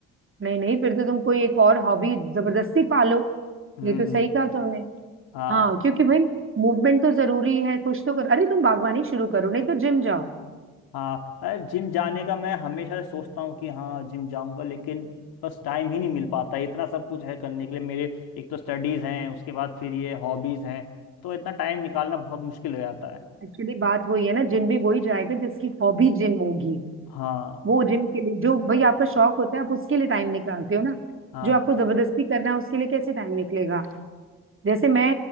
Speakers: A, on the right; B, on the left.
A: नहीं नहीं फिर तो तुम कोई एक और हॉबी जबरदस्ती पालो
B: हम्म
A: ये तो सही कहा तुमने
B: हाँ
A: हाँ क्योंकि भाई मूवमेंट तो जरूरी है कुछ तो करो अरे तुम बागवानी शुरू करो नहीं तो जिम जाओ
B: हाँ जिम जाने का मैं हमेशा सोचता हूँ कि हाँ जिम जाऊंगा लेकिन बस टाइम ही नहीं मिल पाता है। इतना सब कुछ है करने के लिए मेरे एक तो स्टडीज हैं उसके बाद फिर ये हॉबीज हैं तो इतना टाइम निकालना बहुत मुश्किल हो जाता है
A: एक्चुअली बात वही है ना जिम भी वही जाएगा जिसकी हॉबी जिम होगी
B: हाँ
A: वो जिम के लिए जो भाई
B: अ,
A: आपका शौक होता है आप उसके लिए टाइम निकालते हो ना
B: हाँ
A: जो आपको जबरदस्ती करना है उसके लिए कैसे टाइम निकलेगा जैसे मैं